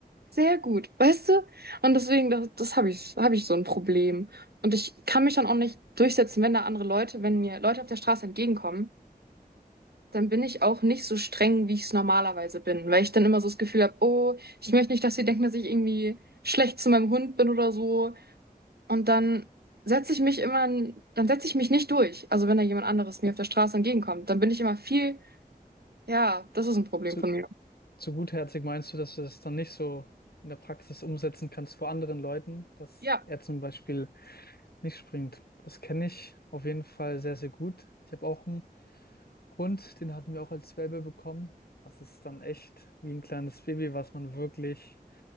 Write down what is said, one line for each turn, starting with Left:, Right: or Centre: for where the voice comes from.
Right: sehr gut, weißt du? Und deswegen, das, das habe ich, habe ich so ein Problem. Und ich kann mich dann auch nicht durchsetzen, wenn da andere Leute, wenn mir Leute auf der Straße entgegenkommen dann bin ich auch nicht so streng, wie ich es normalerweise bin, weil ich dann immer so das Gefühl habe, oh, ich möchte nicht, dass sie denken, dass ich irgendwie schlecht zu meinem Hund bin oder so. Und dann setze ich mich immer, dann setze ich mich nicht durch. Also wenn da jemand anderes mir auf der Straße entgegenkommt, dann bin ich immer viel, ja, das ist ein Problem
Left: So,
Right: von mir.
Left: Zu gutherzig meinst du, dass du das dann nicht so in der Praxis umsetzen kannst vor anderen Leuten, dass
Right: Ja,
Left: er zum Beispiel nicht springt? Das kenne ich auf jeden Fall sehr, sehr gut. Ich habe auch einen Hund, den hatten wir auch als Welpe bekommen. Das ist dann echt wie ein kleines Baby, was man wirklich,